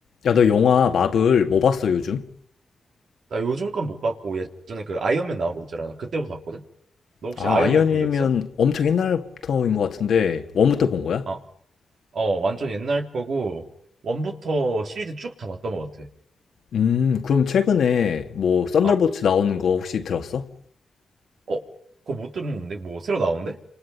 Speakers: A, on the left; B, on the right.
A: 야, 너 영화 마블 뭐 봤어, 요즘?
B: 나 요즘 건 못 봤고 예전에 그 아이언맨 나온 거 있잖아. 그때부터 봤거든. 너 혹시
A: 아,
B: 아이언맨
A: 아이언맨이면
B: 본 적 있어?
A: 엄청 옛날부터인 것 같은데, 원부터 본 거야?
B: 어, 어 완전 옛날 거고 원부터 시리즈 쭉 다 봤던 것 같아.
A: 음, 그럼 최근에 뭐, 썬더볼츠
B: 어,
A: 나오는 거 혹시 들었어?
B: 어, 그거 못 들었는데 뭐 새로 나온대?